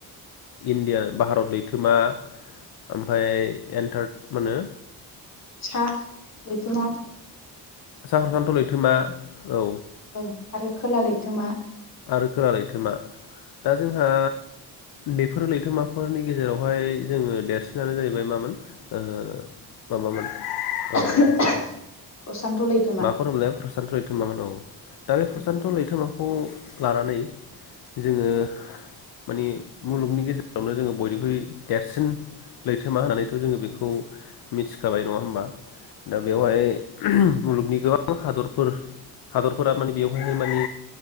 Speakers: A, on the left (about 65°); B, on the left (about 40°).
A: इण्डियान भारत लैथोमा ओमफाय एनथार्ड मा नो
B: सा लैथोमा
A: सा <inaudible> लै थोमा औ
B: ओं आरो खोला लैथोमा
A: आरो खोला लैथोमा दा जोंहा बेफोर लैथोमाफोरनि गेजेरावहाय जोङो देरसिनानो जाहैबाय मामोन ओ माबामोन
B: <unintelligible>
A: ओ
B: प्रसान्त लैथ
A: माखौ होनोमोनलाय प्रसान्त थोमा मोन औ दालाय प्रसान्त
B: उम
A: लैथोमा खौ लानानै जोङो माने मुलुगनि गेजेरावनो जोङो बयनिख्रुइ देरसिन लैथोमा होननानैथ' जोङो बेखौ मिथिखाबाय नङा होमबा दा बेवहाय
B: उम
A: <unintelligible> मुलुगनि गोबां हादरफोर-हादरफोरा माने बेवहाय मानि